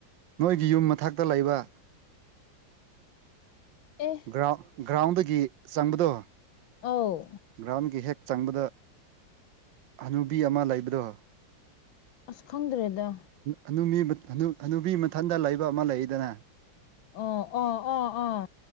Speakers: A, on the right; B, on the left.
A: ꯅꯣꯏꯒꯤ ꯌꯨꯝ ꯃꯊꯛꯇ ꯂꯩꯕ
B: ꯑꯦ
A: ꯒ꯭ꯔꯥꯎꯟ ꯒ꯭ꯔꯥꯎꯟꯗꯒꯤ ꯆꯪꯕꯗꯣ
B: ꯑꯧ
A: ꯒ꯭ꯔꯥꯎꯟꯒꯤ ꯍꯦꯛ ꯆꯪꯕꯗ ꯍꯅꯨꯕꯤ ꯑꯃ ꯂꯩꯕꯗꯣ
B: ꯑꯁ ꯈꯪꯗ꯭ꯔꯦꯗ
A: ꯍꯥꯅꯨꯕꯤ ꯍꯥꯅꯨꯕꯤ ꯃꯊꯟꯗ ꯂꯩꯕ ꯑꯃ ꯂꯩꯗꯅ
B: ꯑꯣ ꯑꯣ ꯑꯣ ꯑꯣ